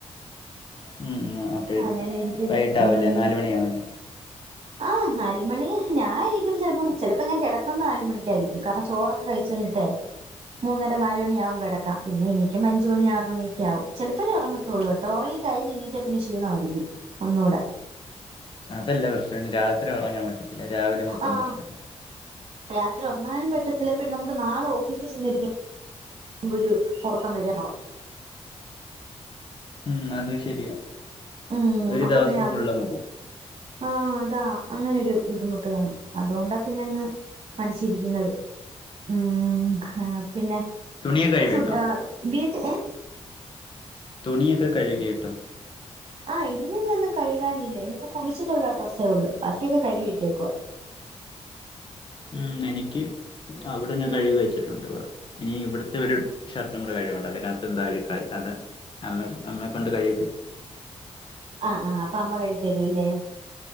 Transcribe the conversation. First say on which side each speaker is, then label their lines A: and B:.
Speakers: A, on the left (about 45°); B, on the right (about 60°).
A: ഉം അപ്പഴെത്തും
B: അങ്ങനിരിക്കുന്ന്
A: വൈകിട്ടാവല്ലേ
B: ഉം
A: <unintelligible>
B: ആഹ് നാലുമണി ഞായിരിക്കും ചെലപ്പ ചെലപ്പോ ഞാൻ കിടക്കുന്ന നാലുമണിക്കായിരിക്കും കാരണം ചോറൊക്കെ കഴിച്ച് ട്ടെ മൂന്നര നാലുമണിയാവും കിടക്കാൻ പിന്നെ എനിക്കുമ്പോ അഞ്ചു മണി ആറ് മണിയൊക്കെ ആകും ചിലപ്പോ ഒറങ്ങത്തുള്ളൂ ഒറങ്ങി കഴിഞ്ഞ് എണീറ്റാ പിന്നെ ക്ഷീണമായിരിക്കും ഒന്നുടെ
A: അതല്ല പ്രശ്നം ഇനി രാത്രി ഒറങ്ങാൻ പറ്റത്തില്ല രാവിലെ മൊത്തം
B: ആഹ്
A: പ്രശ്നാവും
B: രാത്രി ഉറങ്ങാനും പറ്റത്തില്ല പിന്നെ നമുക്ക് നാളെ ഓഫീസിൽ ചെന്നിരിക്കും മുമ്പൊരു ഒറക്കം വരൂവാണൊ
A: മ്മ്ഹ് അത് ശരിയാ
B: ഉം
A: ഒരു
B: അപ്പൊ
A: ദിവസം
B: പിന്നെ അതൊരു
A: ഫുള്ളങ്പോവും
B: ആഹ് അതാ അങ്ങനെരു ബുദ്ധിമുട്ട് കാണും അതൊണ്ടാ പിന്നെ അങ്ങ് പഠിച്ചിരിക്കുന്നത് മ്മ്ഹ് പിന്നെ
A: തുണിയൊക്കെ കഴുകിയിട്ടോ
B: ഫുഡ് ആഹ് വീട്ടിൽ ഹേ
A: തുണിയൊക്കെ കഴുകിയിട്ടൊ.
B: ആഹ് ഇന്ന്ഇനി ഒന്നു കഴുകാനില്ലേ ഇനിയിപ്പൊ കുളിച്ചിട്ടുള്ള ഡ്രസ്സേ ഒള്ളൂ ബാക്കിയൊക്കെ കഴുകിട്ടേക്കുവ..
A: മ്മ്ഹ് എനിക്ക് അവടെ ഞാൻ
B: ഉം
A: കഴിവ് വെച്ച് വേറെഉണ്ട് കൊറേ ഇനിഇവിടത്തെ ഒരു ഷർട്ടു കൂടെ കഴികാണ്ട്. അതിനഅഹ്ത്ത് എ ന്താ അഴുക്കായി അത് അമ്മേഇപ്പം അമ്മെ കൊണ്ട് കയ്
B: അഹ് ആഹ് അപ്പ അമ്മ കഴി തരുല്ലേ